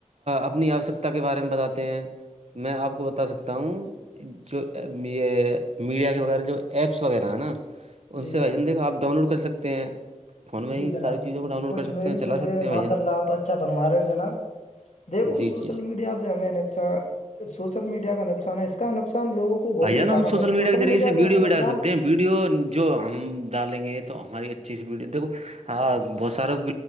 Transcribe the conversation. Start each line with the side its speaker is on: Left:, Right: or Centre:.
Right: اپنی آوشکتا کے بارے میں بتاتے ہیں میں آپ کو بتا سکتا ہوں جو یہ میڈیا کے وغیرہ جو ایپس وغیرہ ہیں نا ان
Left: جی
Right: سے
Left: جناب
Right: آ دیکھا آپ ڈاؤن لوڈ کر سکتے ہیں فون میں
Left: جی
Right: ہی
Left: جناب
Right: ساری چیزوں کو ڈاؤن لوڈ
Left: کچھ
Right: کر سکتے
Left: میری
Right: ہیں
Left: سنیے
Right: چلا سکتے ہیں بھائی
Left: ماشاء
Right: جان
Left: اللہ آپ اھا اچھا فنما رہے ہو جناب دیکھو
Right: جی
Left: سوشل
Right: جی
Left: میڈیا سے ہم ن سوشل میڈیا کا نقصان ہے اس کا نقصان لگوں کو
Right: بھائی
Left: بہت
Right: جان
Left: اٹھانا
Right: ہم
Left: پڑتا ہے سوشل
Right: کے ذریعے
Left: میڈیا
Right: سے
Left: کا
Right: ویڈیو بھی
Left: نقصان
Right: ڈال سکتے ہیں ویڈیو جو ہم ڈالیں گے تو ہماری اچھی سی ویڈیو دیکھو ہاں بہت سارے